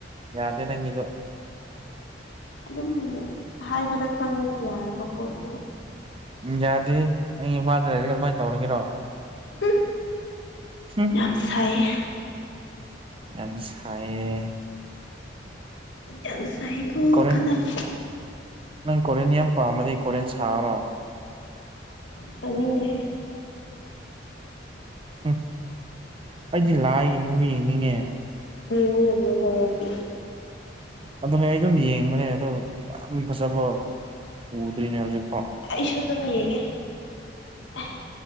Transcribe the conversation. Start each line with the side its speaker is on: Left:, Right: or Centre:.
Right: ꯌꯥꯗꯦ ꯅꯪꯒꯤꯗꯣ
Left: ꯑꯗꯨꯝ ꯍꯥꯏꯕꯗ ꯈꯪꯉꯗꯤ ꯌꯥꯔꯕ ꯄꯣꯠꯇꯣ
Right: ꯎꯝ ꯌꯥꯗꯦ ꯑꯩꯪ ꯏꯝꯐꯥꯜꯗ ꯂꯩꯔꯒ ꯀꯃꯥꯏꯅ ꯇꯧꯔꯒꯦꯔꯣ
Left: ꯍꯨꯝ
Right: ꯍꯨꯝ
Left: ꯌꯥꯝ ꯁꯥꯏꯌꯦ
Right: ꯌꯥꯝ ꯁꯥꯏꯌꯦ
Left: ꯌꯥꯝ ꯁꯥꯏꯀꯣ
Right: ꯀꯣꯔꯤꯌꯟ
Left: ꯈꯥꯅꯕ
Right: ꯅꯪ ꯀꯣꯔꯤꯌꯟ ꯌꯥꯝ ꯄꯥꯝꯃꯗꯤ ꯀꯣꯔꯤꯌꯟ ꯁꯥꯔꯣ
Left: ꯁꯥꯅꯤꯡꯗꯦꯍꯦ
Right: ꯍꯨꯝ ꯑꯩꯗꯤ ꯂꯥꯏꯒꯤ ꯃꯨꯕꯤ ꯌꯦꯡꯅꯤꯡꯉꯦ꯫
Left: ꯌꯦꯡꯉꯨꯅ ꯑꯗꯨ ꯍꯣꯔꯣꯔꯒꯤ꯫
Right: ꯑꯗꯨꯅꯦ ꯑꯩ ꯑꯗꯨꯝ ꯌꯦꯡꯕꯅꯦ ꯑꯗꯣ ꯌꯥꯝ ꯐꯖꯕ ꯎꯗ꯭ꯔꯤꯅꯦ ꯍꯧꯖꯤꯛꯐꯥꯎ꯫
Left: ꯑꯩꯁꯨ ꯑꯗꯨꯝ ꯌꯦꯡꯉꯦ ꯑꯦ